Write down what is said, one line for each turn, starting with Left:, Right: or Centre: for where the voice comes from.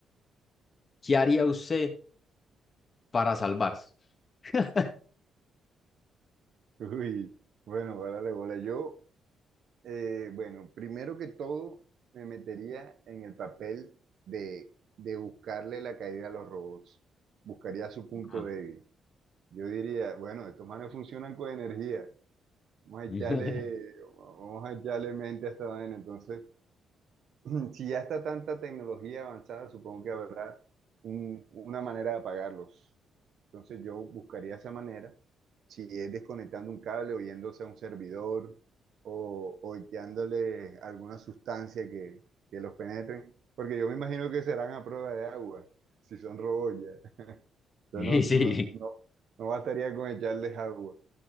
Left: ¿Qué haría usted para salvarse? <laughs>
Right: Uy, bueno, párale bola. Yo. Eh, bueno, primero que todo, me metería en el papel de, de buscarle la caída a los robots. Buscaría su punto
Left: Ah.
Right: débil. Yo diría, bueno, estos manes funcionan con energía. Vamos a echarle,
Left: <laughs>
Right: vamos a echarle mente a esta vaina. Entonces, <clears throat> si ya está tanta tecnología avanzada, supongo que habrá un- una manera de apagarlos. Entonces yo buscaría esa manera, si es desconectando un cable o yéndose a un servidor o, o echándole alguna sustancia que, que los penetren, porque yo me imagino que serán a prueba de agua, si son robots ya. Yo no,
Left: Y
Right: no,
Left: sí.
Right: no, no bastaría con echarles agua.